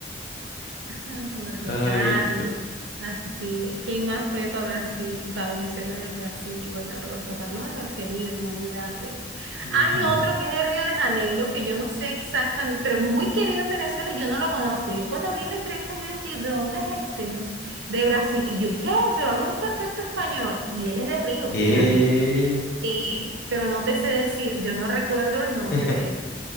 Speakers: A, on the right (about 80°); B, on the left (about 60°).
A: Ah, Roberto
B: Ay.
A: Carlos. Así. ¿Quién más fue para Brasil, para Venezuela de Brasil? Bueno, Roberto Carlos, ah, querido, inolvidable.
B: ujú.
A: Hay otro que es de Río de Janeiro, que yo no sé exactamente, pero es muy querido en Venezuela y yo no lo conozco. Yo cuando vi la entrevista, yo dije, ¿de dónde es este? No sé, de Brasil. Y yo, ¿qué? Pero habla un perfecto español. Y él es de Río
B: Eh.
A: de Janeiro. Y, pero no te sé decir, yo no recuerdo el nombre
B: <laughs>
A: de él.